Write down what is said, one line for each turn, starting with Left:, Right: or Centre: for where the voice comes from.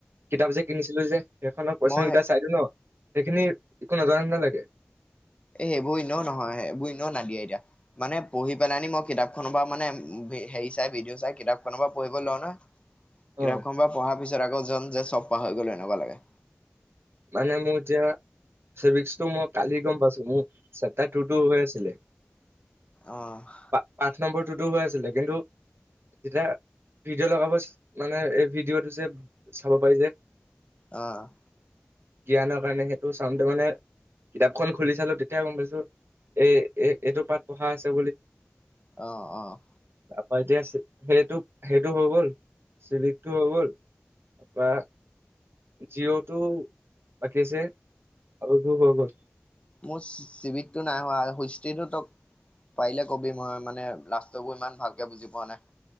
Right: কিতাপ যে কিনিছিলোঁ যে সেইখনৰ কোৱেশ্যন
Left: মই
Right: কেইটা চাই দিওঁ ন সেইখিনি একো নজানা নিচিনা লাগে।
Left: এই সেইবোৰ এনেও নহয়। এইেবোৰ এনেও নিদিয়ে এতিয়া মানে পঢ়ি পেলাইনি মই কিতাপ খনৰ পৰা মানে হেৰি চাই, ভিডিঅ' চাই কিতাপ খনৰ পৰা পঢ়িব লওঁ নহয় কিতাপখনৰ
Right: অ
Left: পৰা পঢ়াৰ পিছত আকৌ যান যেন চব পাহৰি গ'লো এনেকুৱাঁ লাগে।
Right: মানে মোৰ এতিয়া, চিভিস্কটো মোৰ কালি গম পাইছো। মোৰ চেপ্তাট টো টো হৈ আছিলে।
Left: অহ '।
Right: পা- পাঠ নম্বৰ টুটো হৈ আছিলে। কিন্তু যেতিয়া ভিডি'অ লগাব মানে, এই ভিডি'অটো যে চাব পাৰি যে।
Left: অ'।
Right: জ্ঞানৰ কাৰণে সেইটো চাওঁতে মানে কিতাপখন খুলি চালো তেতিয়া গম পাইছো, এই এইটো পাঠ পঢ়া আছে বুলি।
Left: অ, অ'।
Right: তাপা এতিয়া সেইটো, সেইটো হৈ গ'ল চিলিকটো হৈ গ'ল। তাৰপা জিঅ'ত <unintelligible> আগৰ বোৰ হৈ গ'ল।
Left: মোৰ চিৱিকতটো নাই হোৱা, হুষ্টিটো তক পাৰিলে কবি মই মানে লাষ্টবোৰ ইমান ভালকে বুজি পোৱা নাই।